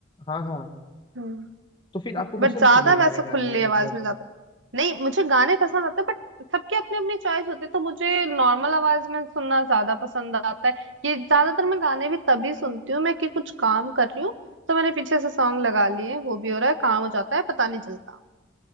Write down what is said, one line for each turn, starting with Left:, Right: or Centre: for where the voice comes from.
Left: हाँ हाँ
Right: हम्म।
Left: तो फिर आपको
Right: बट
Left: पसंद
Right: ज्यादा
Left: क्यों नहीं
Right: वैसे
Left: आ रहे
Right: खुली
Left: गाने
Right: आवाज
Left: मतलब
Right: में ज्यादा नहीं मुझे गाने पसंद आते हैं बट सबके अपने अपनी चॉइस होती है तो मुझे नॉर्मल आवाज में सुनना ज्यादा पसंद आता है ये ज्यादातर मैं गाने भी तभी सुनती हूँ मैं कि कुछ काम कर रही हूँ तो मैंने पीछे से सॉन्ग लगा लिए हैं, वो भी हो रहा है काम हो जाता है पता नहीं चलता